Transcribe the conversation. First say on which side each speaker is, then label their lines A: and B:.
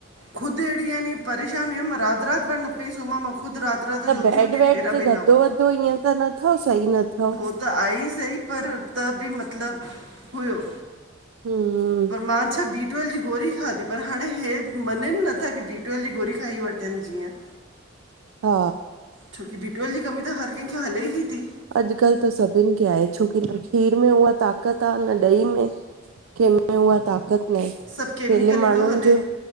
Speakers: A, on the right (about 65°); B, on the right (about 85°).
A: ख़ुदि अहिड़ी यानी परेशानी हुयमि, मां राति राति भर न पई सुम्हां मां ख़ुदि रात रात
B: त
A: जो उथी
B: बेड
A: उथी
B: वेड
A: फेरा
B: ते
A: पई
B: गदो
A: पावां,
B: वदो ईअं त न अथव सही न अथव
A: हो त आए ई सही पर त बि मतलब, हुयो।
B: हूं
A: पर मां छा बी ट्वेल जी गोरी खाधी, पर हाणे हे मञन नथा की बी ट्वेल जी गोरी खाई वठन, जीअं। <inaudible>
B: हा
A: छो कि बी ट्वेल जी कमी त, हर कंहिंखे हले ही ती।
B: अॼकल् त सभिन खे आहे, छो कि न खीर में उहा ताकत आ न ॾही में। केंमें उहा ताक़त नाहें,
A: सभु केमिकल
B: पेले
A: ई
B: माण्हुन
A: थो हले
B: जो